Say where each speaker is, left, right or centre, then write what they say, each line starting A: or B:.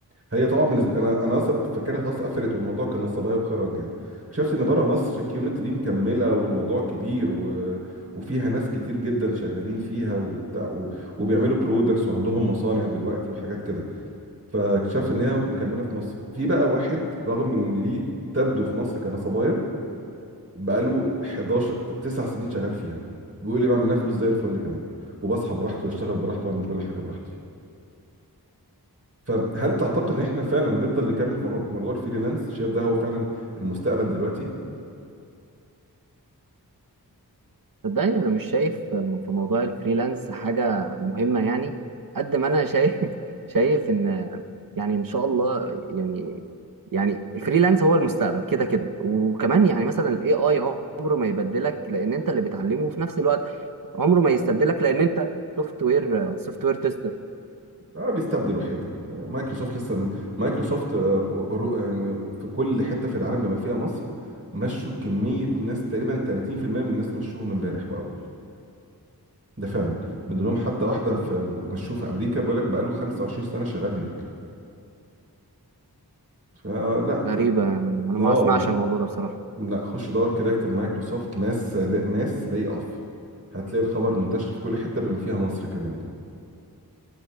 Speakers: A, on the right; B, on the right.
A: هي طبعا بالنسبه انا انا اصلا فاكرها خلاص قفلت والموضوع كان نصبايا وخرج يعني اكتشفت ان بره مصر الكيونت دي مكمله والموضوع كبير و... وفيها ناس كتير جدا شغالين فيها وبتاع و... وبيعملوا برودكتس وعندهم مصانع دلوقتي وحاجات كده فاكتشفت ان هي مكمله في مصر في بقى واحد رغم ان دي تبدو في مصر كنصبايا بقاله 11 9 سنين شغال فيها وبيقول لي بعمل منها فلوس زي الفل كمان وبصحى براحتي واشتغل براحتي واعمل كل حاجه براحتي فهل تعتقد ان احنا فعلا نفضل نكمل في موضوع في موضوع الفريلانس شايف ده هو فعلا المستقبل دلوقتي
B: صدقني انا مش شايف م- في موضوع الفريلانس حاجه مهمه يعني قد ما انا شايف <laughs> شايف ان يعني ان شاء الله يعني يعني الفريلانس هو المستقبل كده كده وكمان يعني مثلا الاي اي عمره ما يبدلك لان انت اللي بتعلمه في نفس الوقت عمره ما يستبدلك لان انت سوفت وير سوفت وير تيستر
A: اه بيستبدل وحياتك مايكروسوفت لسه مايكروسوفت آه، رو- يعني في كل حته في العالم بما فيها مصر مشوا كميه ناس تقريبا 30% من الناس مشوهم امبارح واول ده فعلا من ضمنهم حتى واحده في مشوه في امريكا بيقول لك بقاله 25 سنه شغال هناك فلا
B: غريبه انا
A: اه
B: ما اسمعش عن الموضوع ده بصراحه
A: لا خش دور كده اكتب مايكروسوفت ماس ماس لاي اوف هتلاقي الخبر منتشر في كل حته بما فيها مصر كمان يعني